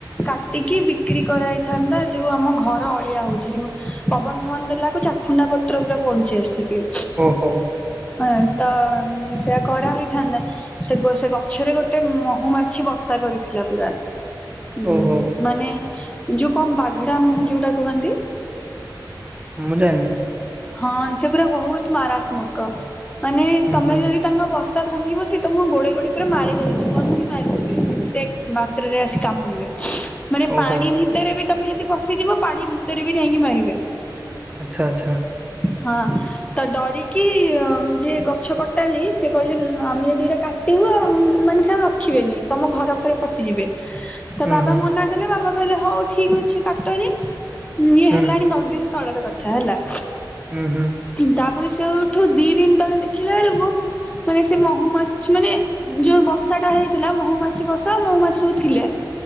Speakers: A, on the left (about 15°); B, on the right (about 15°).
A: କାଟିକି ବିକ୍ରି କରାହେଇଥାନ୍ତା ଯୋଉ ଆମ ଘର ଅଳିଆ ହଉଛି ଯୋଉ ପବନ ଫବନ ଦେଲା ବେଳକୁ ଚାଖୁଣ୍ଡା ପତ୍ର ପୁରା ପଡୁଛି ଆସିକି
B: ଓହୋ।
A: ଅଁ ତ ସେଆ କର ହେଇ ଥାନ୍ତା ସେ ସେ ଗଛରେ ଗୋଟେ ମହୁମାଛି ବସା କରିଥିଲା ପୁରା ହଁ
B: ଓହୋ
A: ମାନେ ଯୋଉ କଣ ବାଘଡା ମହୁ ଯୋଉଟା କୁହନ୍ତି
B: ମୁଁ ଜାଣିନି।
A: ହଁ ସେ ପୁରା ବହୁତ ମାରାତ୍ମକ ମାନେ
B: ହୁଁ
A: ତମେ
B: ହୁଁ
A: ଯଦି ତାଙ୍କ ବସା ସା ଭାଙ୍ଗିବ ସିଏ ତମ କୁ ଗୋଡେଇ ଗୋଡେଇ ପୁରା ମାରିଦେବେ ଜୀବନରୁ ହି ମାରିଦେବେ କେତେ ମାତ୍ରାରେ ଆସି କାମୁଡିବେ ମାନେ
B: ଓହୋ
A: ପାଣି ଭିତରେ ବି ତମେ ଯଦି ପଶିଯିବ ପାଣି ଭିତରେ ବି ଯାଇକି ମାରିବେ
B: ଆଚ୍ଛା ଆଚ୍ଛା।
A: ହଁ ତ ଡରିକି ଯିଏ ଗଛ କଟାଳି ସିଏ କହିଲେ ଆମେ ଯଦି ଏଟା କା ଇଉ ମାନେ ସେ ଆଉ ରଖିବେନି ତମ ଘର ଫରେ ପଶିଯିବେ ତ
B: ହୁଁ
A: ବାବା
B: ହୁଁ
A: ମନା କଲେ ବାବା କହିଲେ ହଉ ଠିକ ଅଛି କାଟନି ଇଏ
B: ହୁଁ
A: ହେଲାଣି ଦଶ ଦିନ ତଳର କଥା ହେଲା।
B: ହୁଁ ହୁଁ।
A: ତାପରେ ସେଉଠୁ ଦି ଦିନ ତଳେ ଦେଖିଲା ବେଳକୁ ମାନେ ସେ ମହୁମାଛି ମାନେ ଯୋଉ ବଷା ଟା ହେଇଥିଲା ମହୁମାଛି ବସା ମହୁମାଛି ସବୁ ଥିଲେ।